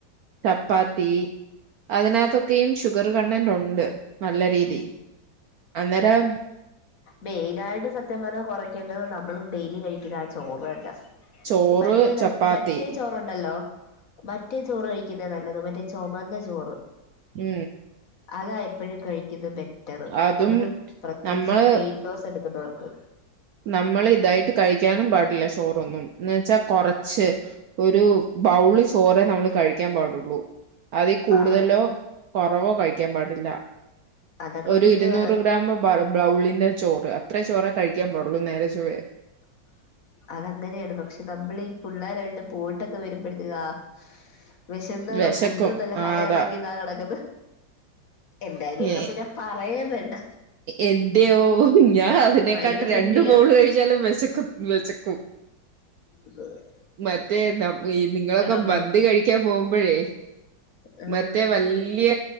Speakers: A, on the right; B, on the left.
A: ചപ്പാത്തി അതിനകത്തൊക്കെയും ഷുഗർ കണ്ടന്റ് ഉ ണ്ട് നല്ല രീതി
B: ഉം
A: അന്നേരം
B: മെയ്നായിട്ട് സത്യംപറഞ്ഞ കൊറയ്ക്കേണ്ടത് നമ്മള് ഡെയ്ലി കഴിക്കിന്ന ആ ചോറ് തന്നാ.
A: ചോറ്
B: മറ്റേ ത്
A: ചപ്പാത്തി
B: മറ്റേ ചോറ ണ്ടല്ലോ മറ്റേ ചോറ് കഴികിന്നാ നല്ലത് മറ്റേ ചുമന്ന ചോറ്.
A: ഉം.
B: അതായെപ്പഴും കഴിക്കിന്നത് ബെറ്ററ്
A: അതും
B: അത് പ്രത്യേകിച്ചും
A: നമ്മള്
B: വെയിറ്റ് ലോസ് എട്ക്ക്ന്നവർക്ക്.
A: നമ്മള് ഇതായിട്ട് കഴിക്കാനും പാടില്ല ചോറൊന്നും എന്ന് വെച്ചാ കൊറച്ച്. ഒരു ബൗള് ചോറെ നമ്മള് കഴിക്കാൻ പാടുള്ളൂ. അതി കൂടുതലോ
B: ആഹ്
A: കൊറവോ കഴിക്കാൻ പാടില്ല.
B: അതൊക്കെ
A: ഒരു
B: പിന്നെ
A: ഇരുന്നൂറ് ഗ്രാം ബ്രൗ ബ്രൗളിന്റെ ചോറ് അത്രേ ചോറേ കഴിക്കാൻ പാടുള്ളു നേരെ ചൊവെ.
B: <unintelligible> അതങ്ങനെയാണ് പക്ഷെ നമ്മള് പിള്ളോരായിണ്ട് പോയിട്ടൊക്കെ വരുമ്പോഴത്തേക്കാ അ - വെശന്ന്
A: വിശക്കും
B: ഫുഡും നല്ല
A: ആ
B: കറിയാണെങ്കിൽ.
A: അതാ
B: താ കെടക്ക്ന്ന് എന്തായാലൊക്കെ
A: എ-
B: പിന്നെ പറയെം വേണ്ട.
A: എന്റെയോ ഞാൻ അതിനേക്കാട്ട്ൽ
B: ഭയങ്കര ഫുഡിയാ
A: രണ്ട് ബൗള് കഴിച്ചാലും വെശക്കു വെശക്കും.
B: <unintelligible> വെ
A: മറ്റേ ന ഈ നിങ്ങളൊക്കെ
B: അമ്മ
A: മന്തി കഴിക്കാൻ പോകുമ്പഴേ
B: ആഹ്
A: മറ്റേ വല്ല്യ